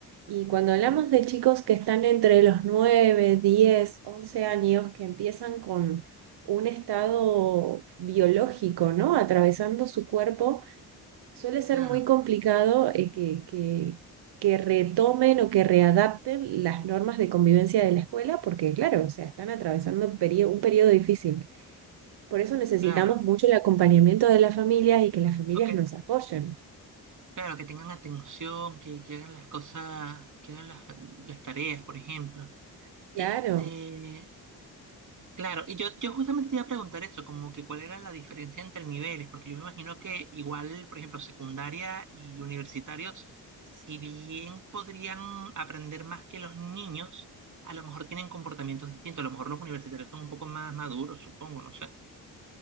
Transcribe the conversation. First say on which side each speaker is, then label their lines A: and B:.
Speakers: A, on the right (about 85°); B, on the right (about 50°).
A: Y cuando hablamos de chicos que están entre los 9 10 11 años, que empiezan con un estado biológico, ¿no? Atravesando su cuerpo Suele ser
B: Claro,
A: muy complicado eh, que, que, que retomen o que readapten las normas de convivencia de la escuela, porque claro, o sea, están atravesando un período un periodo difícil. Por eso necesitamos
B: claro.
A: mucho el acompañamiento de las familias y que las familias
B: Ok,
A: nos apoyen.
B: claro, que tengan atención, que, que hagan las cosas, que hagan las, las tareas, por ejemplo.
A: Claro,
B: Este, claro, y yo, yo justamente te iba a preguntar eso, como que cuál era la diferencia entre niveles, porque yo me imagino que igual, por ejemplo, secundaria y universitarios, si bien podrían aprender más que los niños, a lo mejor tienen comportamientos distintos, a lo mejor los universitarios son un poco más maduros, supongo, no sé.